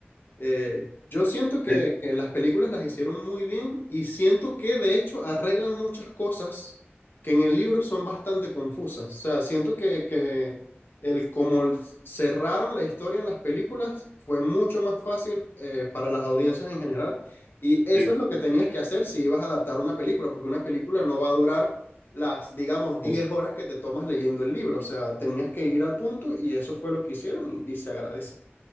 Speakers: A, on the left (about 55°); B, on the left (about 25°).
A: Eh, yo siento que,
B: Eh,
A: que las películas las hicieron muy bien y siento que de hecho arreglan muchas cosas que en el libro son bastante confusas. O sea, siento que, que el cómo cerraron la historia en las películas fue mucho más fácil eh, para las audiencias en general. Y eso
B: sí,
A: es lo que tenías que hacer si ibas a adaptar una película, porque una película no va a durar las, digamos, 10
B: pues,
A: horas que te tomas leyendo el libro. O sea, tenías que ir al punto y eso fue lo que hicieron y y se agradece.